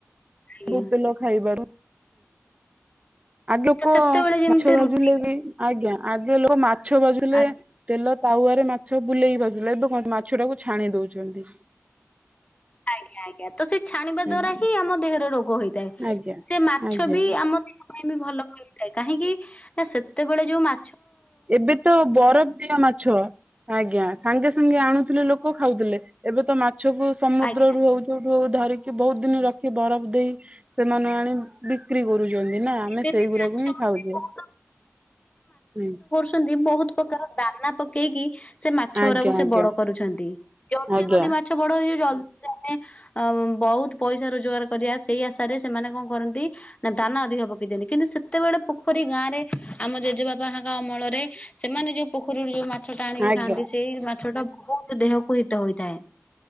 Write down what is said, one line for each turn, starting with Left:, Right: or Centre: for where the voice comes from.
Left: ଆଜ୍ଞା
Right: ବହୁତ ତେଲ ଖାଇବାରୁ। ଆଗେ ଲୋକ
Left: ତ ସେତେବେଳେ ଯେମିତି
Right: ମାଛ ଭଜୁଲେ
Left: ରୁଟି
Right: ବି ଆଗେ ଲୋକ ମାଛ <unintelligible>
Left: ଆଜ୍ଞା
Right: ତେଲ ତାୱରେ ମାଛ ବୁଲେଇକି <unintelligible> ଏବେ କଣ ମାଛ ଟାକୁ ଛାଣି ଦଉଚନ୍ତି।
Left: ଆଜ୍ଞା ଆଜ୍ଞା ତ ସେ ଛାଣିବା
Right: ଆଜ୍ଞା।
Left: ଦ୍ଵାରା ହିଁ ଆମ ଦେହରେ ରୋଗ ହେଇଥାଏ
Right: ଆଜ୍ଞା
Left: ସେ ମାଛ
Right: ଆଜ୍ଞା
Left: ବି ଆ ଆମ ଦେହ ପାଇଁ ବି ଭଲ କରିଥାଏ କାହିଁକି ନା ସେତେବେଳେ ଯୋଉ ମା
Right: ଏବେ ତ ବରଫ ଦିଆ ମାଛ। ଆଜ୍ଞା ସାଙ୍ଗେ ସାଙ୍ଗେ ଆଣୁଥିଲେ ଲୋକ ଖାଉଥିଲେ ଏବେ ତ ମାଛକୁ ସମୁଦ୍ରରୁ
Left: ଆଜ୍ଞା
Right: ହଉ <unintelligible> ଧରିକି ବହୁତ ଦିନି ରଖି ବରଫ ଦେଇ ସେମାନେ ଆଣି ବିକ୍ରି କରୁଚନ୍ତି ନାଁ। ଆମେ
Left: ଏବେ
Right: ସେଇଗୁଡାକୁ
Left: ବି ମାଛ
Right: ହିଁ ଖାଉଛେ।
Left: ବହୁତ
Right: ହୁଁ।
Left: ଛନ୍ତି ବହୁତ ପ୍ରକାର ଦାନା ପକେଇକି ସେ ମାଛ
Right: ଆଜ୍ଞା
Left: ଗୁରାକୁ ସେ
Right: ଆଜ୍ଞା
Left: ବଡ କରୁଛନ୍ତି, ଜଲଦି
Right: ଆଜ୍ଞା
Left: ଜଲଦି ମାଛ ବଡ ହେଇଯିବ ଜଲଦି ଜଲଦି ଅ ବହୁତ ପଇସା ରୋଜଗାର କରିବା ସେଇ ଆଶାରେ ସେମାନେ କଣ କରନ୍ତି ନା ଦାନା ଅଧିକ <inaudible> କିନ୍ତୁ ସେତେବେଳେ ପୋଖରୀ ଗାଁ ରେ ଆମ ଜେଜେବାପହାଙ୍କ ଅମଳରେ ସେମାନେ ଯୋଉ ପୋଖରୀରୁ ଯୋଉ ମା ମାଛ ଟା ଆଣିକି
Right: ଆଜ୍ଞା
Left: ଖାଆନ୍ତି ସେଇ ମାଛ ଟା ବହୁତ ଦେହକୁ ହିତ ହୋଇଥାଏ।